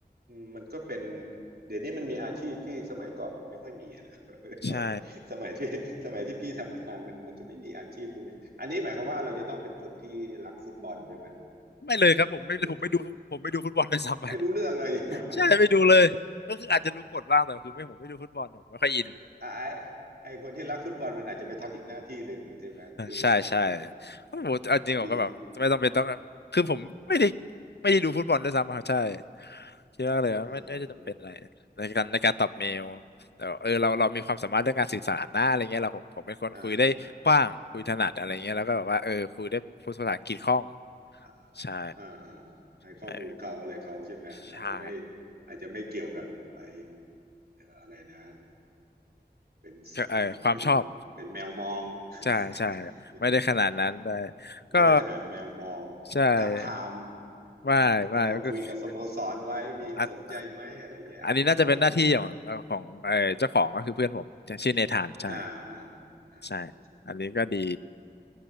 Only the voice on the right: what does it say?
อืมมันก็เป็นเดี๋ยวนี้มันมีอาชีพที่สมัยก่อนมันไม่ค่อยมีอะนะ <laughs>
สมัยสมัยที่สมัยที่พี่ทำงานมันมันจะไม่มีอาชีพพวกนี้อันนี้หมายความว่าเราจะต้องเป็นคนที่รักฟุตบอลด้วยไหม
หรือ
ไม่รู้เรื่องเลย <laughs>
ไอ้ไอ้คนที่รักฟุตบอลมันอาจจะไปทำอีกหน้าที่หนึ่งใช่ไหมซึ่งแบบว่า
ที่
เออ
อ่าอ่าอ่า
อ่าอ่าอ่าให้ข้อมูลเขาอะไรเขาใช่ไหมอาจจะไม่
อาจจะไม่เกี่ยวกับไอ้อะไรนะเป็นเออเป็น
เป็นแมวมอง <laughs>
เออไม่ได้ขนาดแมวมอง
ทาบทาม
แล้วก็คุยกับสโมสรไว้มีสนใจไหมอะไรเงี้ยอาจจะไม่ถึงขนาด
อ่าอ่าอ่าใช่ใช่